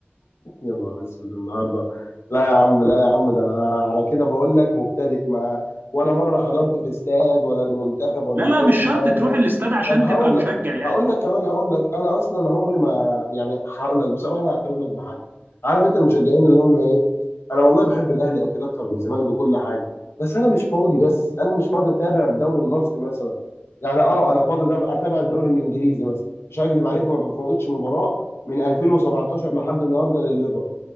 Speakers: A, on the left; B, on the right.
A: يا نهار اسود النهارده لا يا عم لا يا عم ده انا على كده بقول لك مبتدئ ما ولا مره حضرت في استاد ولا المنتخب ولا
B: لا
A: لاي
B: لا مش شرط
A: حاجه
B: تروح الاستاد عشان
A: طب هقول
B: تبقى مشجع
A: لك
B: يعني
A: هقول لك كمان هقول لك انا اصلا عمري ما يعني هقول لك بصراحه انا هعترف لك بحاجه عارف انت المشجعين اللي هم ايه انا والله بحب الاهلي اكيد اكتر من الزمالك وكل حاجه بس انا مش فاضي بس انا مش فاضي اتابع الدوري المصري مثلا يعني اه انا فاضي ده اتابع الدوري الانجليزي مثلا مش هكدب عليك ما بفوتش مباراه من 2017 لحد النهارده للليفر